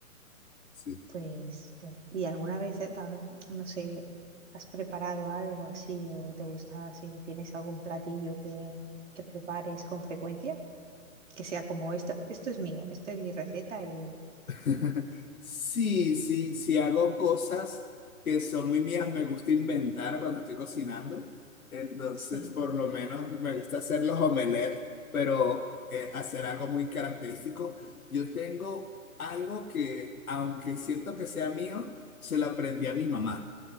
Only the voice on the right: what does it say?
Pues, bueno, ¿y alguna vez, eh, pa- no sé, has preparado algo así o te gusta así? ¿Tienes algún platillo que, que prepares con frecuencia? que sea como esto, esto es mío, esto es mi receta y
sí,